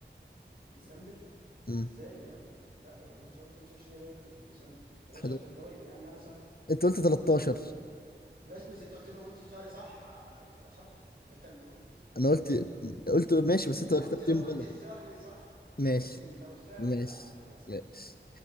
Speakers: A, on the right (about 55°); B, on the left (about 55°).
A: ديسمبر
B: امم
A: ازاي يا عم لا يا عم شهر خمسة وعشرين يناير ما كانش في ديسمبر 11
B: 11
A: فبراير يا عم أنا صح
B: أنت قلت 13
A: ماشي بس أنت قلت لو قلت الشهر صح آه، هتبقى صح أنت اللي قلت
B: أنا قلت قلت ماشي بس أنت
A: قلت
B: كتبت
A: لو
B: يوم
A: قلت
B: غلط
A: الشهر صح
B: ماشي
A: قلت لو الشهر
B: ماشي
A: صح هتبقى صح
B: ماشي